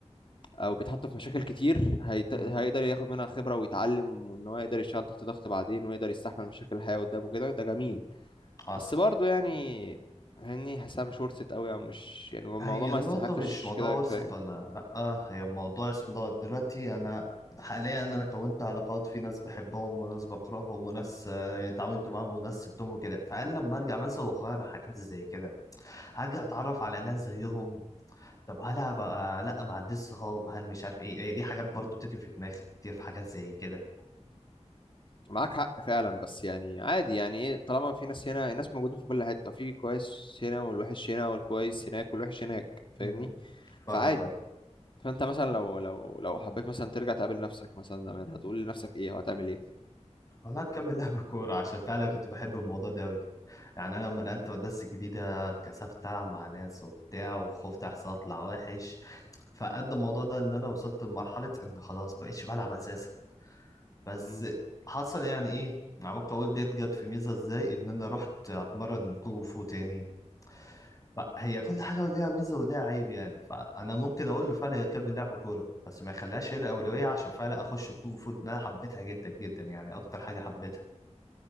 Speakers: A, on the left (about 45°); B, on the left (about 30°).
A: او بيتحط في مشاكل كتير هيت...
B: امم
A: هيقدر ياخد منها خبره ويتعلم وان هو يقدر يشتغل تحت ضغط بعدين ويقدر يستحمل مشاكل الحياه قدامه كده ده جميل
B: حصل
A: بس برضه يعني هني حاسها مش ورثت قوي او مش يعني الموضوع
B: هي
A: ما
B: النقطة
A: يستحقش
B: مش موضوع
A: كده
B: ورثة
A: كفايه
B: ولا لأ هي موضوع اسمه دوت دلوقتي أنا حاليا أنا كونت علاقات في ناس بحبهم وناس بكرههم وناس آه، اتعاونت معاهم وناس سبتهم وكده فقال لما أرجع مثلا وأغير حاجات زي كده هرجع أتعرف على ناس زيهم طب هلا بقى لا ما عنديش صحاب هل مش عارف ايه, إيه دي حاجات برضو بتيجي في دماغي كتير في حاجات زي كده
A: معاك حق فعلا بس يعني عادي يعني ايه طالما في ناس هنا الناس موجودين في كل حته في كويس هنا والوحش هنا والكويس هناك والوحش هناك فاهمني
B: امم فاهمك
A: فعادي
B: اه
A: فانت مثلا لو لو لو حبيت مثلا ترجع تقابل نفسك مثلا زمان هتقول لنفسك ايه وهتعمل ايه
B: والله هتكمل لعب كورة عشان فعلا كنت بحب الموضوع ده أوي يعني أنا لما نقلت مدرسة جديدة اتكسفت ألعب مع ناس وبتاع وخفت أحسن أطلع وحش فقد الموضوع ده إن أنا وصلت لمرحلة إن خلاص بقيتش بلعب أساسا بس
A: مم.
B: حصل يعني إيه عمال أقول ديت جت في ميزة إزاي إن أنا رحت أتمرن كونغ فو تاني فهي كل حاجة ليها ميزة وليها عيب يعني فأنا ممكن أقول له فعلا يكمل لعب كورة بس ما يخليهاش هي الأولوية عشان فعلا أخش كونغ فو لأن أنا حبيتها جدا جدا يعني أكتر حاجة حبيتها